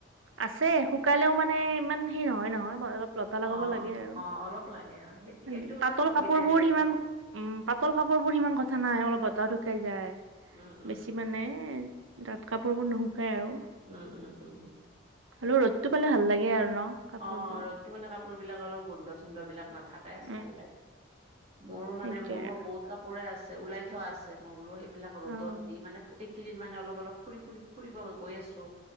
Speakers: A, on the right; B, on the right.
A: আছে শুকালেও মানে ইমান হেৰি নহয় নহয় অলপ লতা লগাব
B: অ
A: লাগে আৰু
B: অ অলপ লাগে অ সেই
A: হয়নাই
B: সেইটো কাৰণে
A: পাতল
B: সুবিধা
A: কাপোৰ বোৰ
B: দিয়া
A: সিমান উম পাতল কাপোৰ বোৰ সিমান কথা নাই অলপ বতাহ শুকাই যায়
B: উম উম
A: বেছি
B: উম
A: মানে ডাঠ কাপোৰবোৰ নুশুকাই আৰু
B: উম উম উম
A: হলেও ৰ'দটো পালে ভাল লাগে আৰু ন কাপোৰবোৰত
B: অ ৰ'দটো পালে কাপোৰ বিলাক অল গোন্ধ চুন্ধ বিলাক নাথাক প্ৰায়
A: উম,
B: ভাল লাগে মোৰো
A: সেইটোৱে
B: মানে মোৰো
A: আৰু।
B: বহুত কাপোৰে আছে ওলাই থোৱা আছে মই বোলো সেই বিলাক ৰ'দত
A: অ',
B: দি মানে এইকেইদিন মানে অলপ অলপ ফুৰি ফুৰি ফুৰিব গৈ আছো